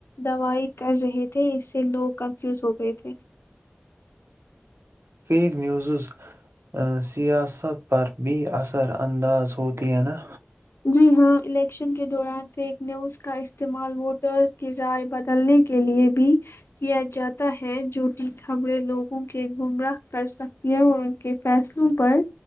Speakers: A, on the left; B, on the right.
A: دوائی کر رہے تھے اس سے لوگ کنفیوز ہو گئے تھے
B: فیک نیوزز سیاست پر بھی اثرانداز ہوتی ہیں نا
A: جی ہاں الیکشن کے دوران فیک نیوز کا استعمال ووٹرز کی رائے بدلنے کے لیے بھی کیا جاتا ہے جو کہ خبریں لوگوں کے گمراہ کر سکتی ہیں اور ان کے فیصلوں پر